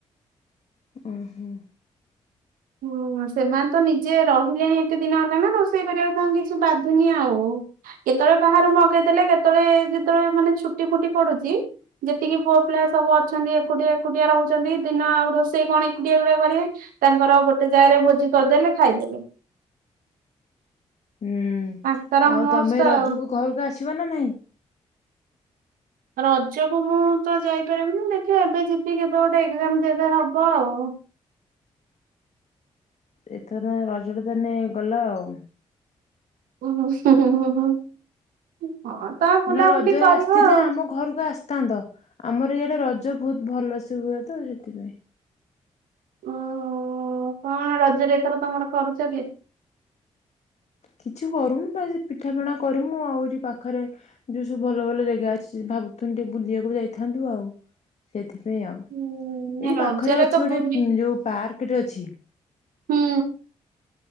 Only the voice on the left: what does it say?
ଉଁ, ହୁଁ
ହୁଁ,
ଆଉ
ତମେ ରଜକୁ
ଘରୁକୁ ଆସିବ, ନା ନାଇଁ।
ଏଥର ନା ରଜଟା ତାନେ ଗଲା, ଆଉ।
ନା ରଜରେ
ଆସିଥିନେ
ଆମ ଘରକୁ ଆସିଥାନ୍ତ, ଆମର ଏଇ ରଜ ବହୁତ ଭଲ ସେ ହୁଏ, ତ ସେଥିପାଇଁ।
କିଛି କରୁନୁ ବା ସେ ପିଠା ପଣା କରିମୁ, ଆଉ ଏଠି ପାଖରେ ଯୋଉ ସବୁ ଭଲ ଭଲ ଜେଗା ଅଛି, ଭାବୁଥୁନୁ ଟିକେ ବୁଲିବାକୁ ଯାଇଥାନ୍ତୁ, ଆଉ ସେଥିପାଇଁ ଆଉ
ଏଇଠି
ପାଖରେ ଅଛି,
ଗୋଟେ
ଯୋଉ ପାର୍କ ଟେ ଅଛି।